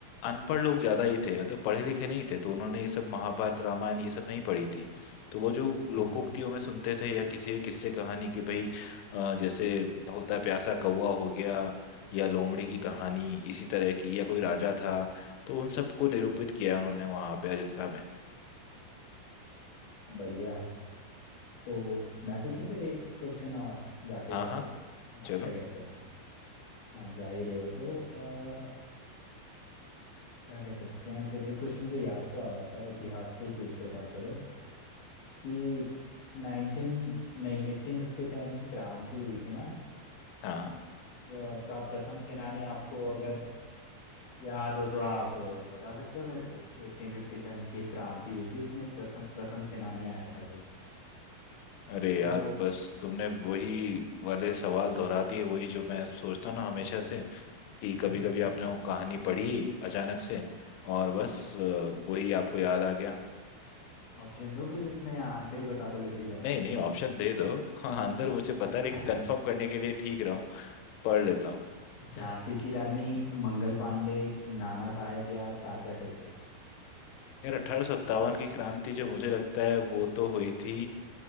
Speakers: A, on the left; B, on the left.
A: अनपढ़ लोग ज्यादा ही थे मतलब पढ़े लिखे नहीं थे तो उन्होंने ये सब महाभारत रामायण ये सब नहीं पढ़ी थी तो वो जो
B: <laughs>
A: लोकोक्तियों
B: हाँ
A: में सुनते थे या किसी किस्से कहानी की भाई अ, जैसे होता है प्यासा कौवा हो गया या लोमड़ी की कहानी इसी तरह की या कोई राजा था तो उन सबको निरूपित किया उन्होंने वहाँ पे अजंता में
B: बढ़िया तो मैं पूछूं फिर एक क्वेश्चन और जाते
A: हाँ
B: जाते
A: हाँ
B: आप
A: चलो
B: क्या कहते हो आप जा ही रहे हो तो आ, क्या कह सकते हैं फिर एक क्वेश्चन मुझे याद तो आ रहा था इतिहास से ही पूछ लेता हूँ चलो कि 19 नहीं 1857 की क्रांति हुई थी ना
A: हाँ
B: अ, का प्रथम सेनानी आपको अगर याद हो तो आप अ, बता सकते हो मेरे को 1857 की एक क्रांति हुई थी उसमें एक प्रथम प्रथम सेनानी आया था कोई
A: अरे
B: तो
A: यार बस तुमने वही वाले सवाल दोहरा दिए वही जो मैं सोचता हूँ ना हमेशा से कि
B: <laughs>
A: कभी कभी आपने वो कहानी पढ़ी अचानक से और बस अ, वही आपको याद आ गया
B: ऑप्शन दो फिर इसमें आंसर ही बता दोगे सीधे आप
A: नहीं नहीं ऑप्शन दे दो <laughs> हाँ आंसर मुझे पता है लेकिन
B: <laughs>
A: कंफर्म करने के लिए ठीक रहा हूँ पढ़ लेता हूँ
B: झांसी की रानी मंगल पांडे नाना साहेब या तात्या टोपे
A: यार अठारह सत्तावन की क्रांति जो मुझे लगता है वो तो हुई थी